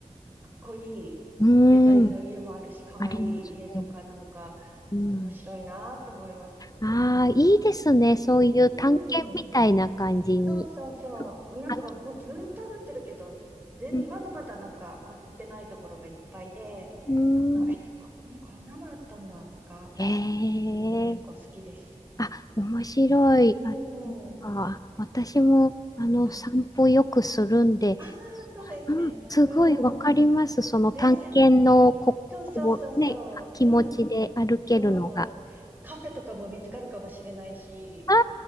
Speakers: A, on the right (about 15°); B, on the left (about 30°).
A: かっこいいデザインの家もあるし、
B: うーん。
A: かわいい家とか、
B: ありますね。
A: なんか、
B: うん。
A: 面白いなと思います。
B: ああ、いいですね。そういう探検みたいな感じに。
A: うん。そうそうそう。なんかもうずーっと歩ってるけど、
B: あ、
A: 全、
B: うん。
A: まだまだなんか歩ってないところがいっぱいで、
B: うーん。
A: なんか、え、ここにこんなのあったんだとか、
B: ええ
A: うん、結構好きです。
B: あ、面白い。
A: うんうん。
B: あ、なんか私も、あの、
A: はい。
B: 散歩よくするんで、
A: ああ、そうですね。
B: うん、すごいわかります。
A: うん。
B: その探検の、
A: ね。
B: こ、
A: そうそうそうそう。
B: こうね、気持ちで歩けるのが。
A: うん。そう。カフェとかも見つかるかもしれないし。
B: あ